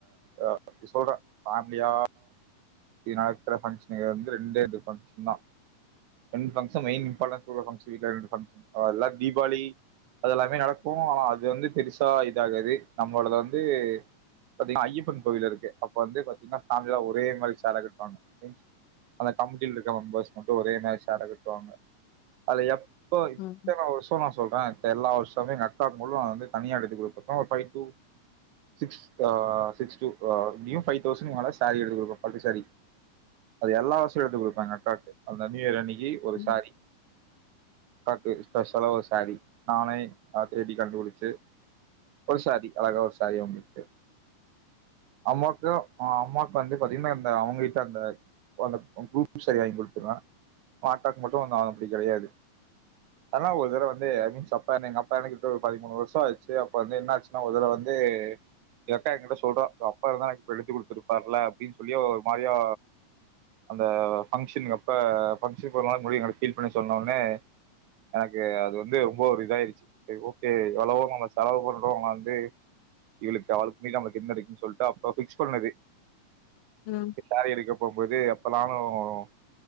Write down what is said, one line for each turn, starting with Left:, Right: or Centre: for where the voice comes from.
Right: அ சொல்ற ஃபேம்லியா இ நா இருக்ற ஃபங்க்ஷன் வந்து ரெண்டே ரெண்டு ஃபங்க்ஷன்தா ரெண் ஃபங்க்ஷன் மெயின் இம்பார்ட்டன்ஸ் குடுக் ஃபங்க்ஷ தீகள் ஃபங்க்ஷன் அதெல்லா தீபாளீ அதெல்லாமே நடக்கூ ஆனா அது வந்து பெருசா இதாகாது நம்மளுது வந்து பத்தீனா ஐயப்பன் கோவிலு இருக்கு அப்ப வந்து பாத்தீங்னா சாமில ஒரே மாத்ரி சேல கட்டுவாங்க ம் ஆனா கம்ட்டில இருக்க மெம்பர்ஸ் மட்டு ஒரே மாரி சேல கட்டுவாங்க அலையாப் இப்பொ இத்தன
Left: ம்
Right: வர்ஷோ நா சொல்ற அத் எல்லா வர்ஷ் தவுங்க எங்க அக்கா முழு வந்து தனியா எடுத்து குடுத்துருக்கோ ஒரு ஃபை டூ சிக்ஸ் அ சிக்ஸ் டூ அ நியூ ஃபைவ்தவுசன் மேல சேரி எடுத்து குடுக்கூ. பட்டு சேரி அது எல்லா வருஷோ எடுத்துக் குடுப்பாங்க அக்காக்கு அந்த நியூ இயர் அன்னைக் கி ஒரு
Left: ம்
Right: சாரி அக்காக்கு ஸ்பெஷலா ஒரு சாரீ நானே அ தேடி கண்டுபுடிச்சு ஒரு சாரீ அழகா ஒரு சாரீ அவுங்ளுக்கு அம்மாக்கு அ அம்மாக் வந்து பாத்தீங்ன்னா அந்த அவங்கிட்ட அந்த அந்த குரூப் சாரீ வாங்கி குடுத்துருவ ஆத்தாக்கு மட்டு ஆ ப்படி கெடையாது ஆனா ஒரு தரவ வந்து ஐமீன்ஸ் அப்பா என் எங்கப்பா எனிகிட்ட ஒரு பதிமூணு வர்ஷோ ஆச்சு அப்பந்து என்னாச்சுன்னா ஒரு தடவ வந்து எ அக்கா என்கிட்ட சொல்றா அப்பா இருந்தா எனக்கு எடுத்து குடுத்துருப்பார்ல அப்டின் சொல்லி ஒரு மாரியா அந்த ஃபங்ஷன் அப்ப ஃபங்சன்க்கு ஒரு நாளைக்கு முன்னாடி எங்களுக் ஃபீல் பண்ணி சொன்னவுனே எனக்கு அது வந்து ரொம்ப ஒரு இதாயிருச்சு சேரி ஓகே எவ்ளவோ நம்ம செலவு பண்ணறோ வந்து இவ்ளுக்கு அவ்ளுக்கு மீறி நம்ளுக்கு என்ன இருக்குன் சொல்ட்டு அப்ப ஃபிக்ஸ் பண்ணது.
Left: ம்
Right: சாரீ எடுக்க போம்போது அப்பல்லா ப்பறோ